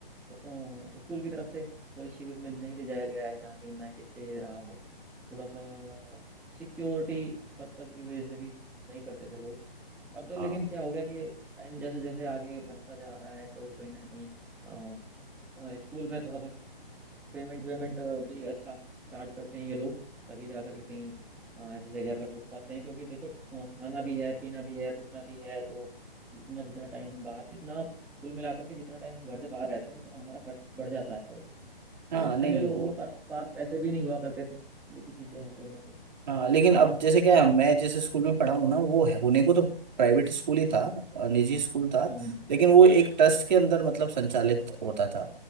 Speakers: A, in the centre; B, on the right.
A: अ, स्कूल की तरफ से कोई शिविर में नहीं ले जाया गया है जहाँ कहीं नाइट स्टे रहा हो थोड़ा सा सिक्योरिटी पर्पज की वजह से भी नहीं करते थे लोग अब तो
B: हाँ
A: लेकिन क्या हो गया कि टाइम जैसे जैसे आगे बढ़ता जा रहा है तो कहीं ना कहीं अ, अ, स्कूल में थोड़ा सा पेमेंट वेमेंट भी अच्छा चार्ज करते हैं ये लोग तभी जा करके कहीं अ, ऐसी जगह पर रुक पाते हैं क्योंकि देखो अ, खाना भी है पीना भी है रुकना भी है तो रुकना जितना टाइम हम बाहर जितना कुल मिलाकर के जितना टाइम हम घर से बाहर रहते हैं उतना हमारा खर्च बढ़ जाता है और
B: हाँ
A: तो
B: नहीं
A: पहले लोगों
B: वो
A: के पर- पास पैसे भी नहीं हुआ करते थे ये भी चीजें हैं कहीं ना कहीं
B: हाँ लेकिन अब जैसे क्या है मैं जिस स्कूल में पढ़ा हूँ ना वो है होने को तो प्राइवेट स्कूल ही था अ, निजी स्कूल था
A: हम्म
B: लेकिन वो एक ट्रस्ट के अंदर मतलब संचालित होता था